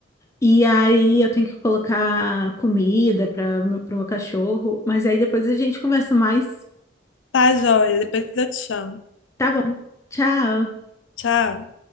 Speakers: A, on the left; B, on the left.
A: e aí eu tenho que colocar comida para para o meu pra meu cachorro. Mas aí depois a gente conversa mais.
B: Tá, joia. Depois eu te chamo.
A: Tá bom. Tchau.
B: Tchau.